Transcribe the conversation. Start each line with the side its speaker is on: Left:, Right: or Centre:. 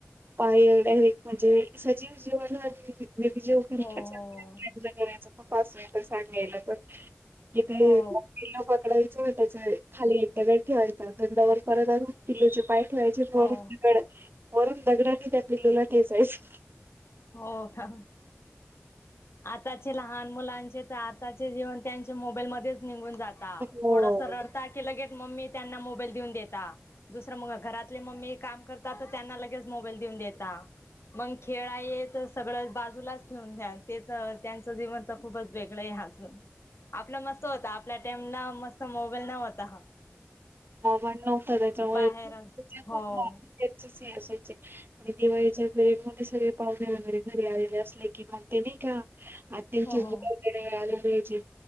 Right: पण एक आहे डायरेक्ट म्हणजे सजीव जीव अन
Left: हो हो
Right: <unintelligible> <unintelligible> सांगायला पण <unintelligible>
Left: हो
Right: पकडेल त्या खाली एक दगड ठेवायचा त्याच्यावर परत किल्लोचे पाय ठेवायचे वरून दगड
Left: हो
Right: वरून दगडाने त्या पिल्लूला ठेसायचं.
Left: हो का? आताचे लहान मुलांचे तर आताचे जीवन त्यांचे मोबाईल मध्येच निंघून जात
Right: हो.
Left: थोडसं रडता की लगेच मम्मी त्यांना मोबाईल देऊन देता. दुसरं मग घरातली मम्मी काम करता, तर त्यांना लगेच मोबाईल देऊन देता. मग खेळ आहे तर सगळं बाजूलाच घेऊन द्याल. तर त्यांचं जीवन तर खूपच वेगळं आहे अजून आपलं मस्त होतं, आप त्या टाईमला मस्त मोबाईल नव्हता हा
Right: मन नव्हतं त्याच्यामुळे
Left: बाहेरच
Right: <unintelligible>
Left: हो
Right: असायचे आणि दिवाळीच्या घरी मध्ये सगळे पावणे वगैरे घरी आलेले असले की मग ते नाय का आ त्यांचे
Left: हो हो.
Right: बुक वगैरे <unintelligible> घ्यायचे